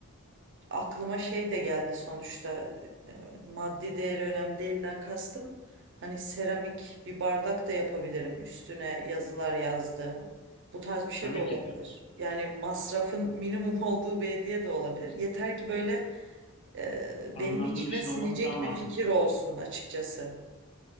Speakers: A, on the right (about 55°); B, on the left (about 25°).
A: aklıma şey de geldi sonuçta e, maddi değeri önemli değilden kastım. Hani seramik bir bardak da yapabilirim üstüne yazılar yazdığım. Bu tarz bir şey
B: Tabii
A: de olabilir.
B: ki de.
A: Yani masrafın minimum <laughs> olduğu bir hediye de olabilir. Yeter ki böyle e,
B: Anlamlı
A: benim içime
B: bir şey
A: sinecek
B: olması daha mantıklı
A: bir fikir olsun
B: olur.
A: açıkçası.